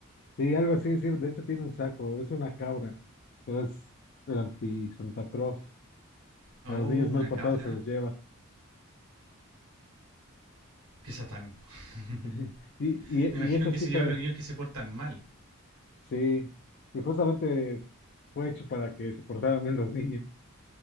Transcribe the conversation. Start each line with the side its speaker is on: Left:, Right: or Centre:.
Left: Sí, algo así, sí. De hecho tiene un saco, es una cabra, pero es el anti-Santa Claus.
Right: Oh,
Left: A los niños mal
Right: una
Left: portados
Right: cabra.
Left: se los lleva.
Right: Qué satánico. <laughs>
Left: <laughs> Y, y,
Right: Me imagino
Left: y eso
Right: que
Left: sí
Right: se
Left: fue,
Right: lleva a los niños que se portan mal.
Left: sí. Y justamente fue hecho para que se portaran bien los niños.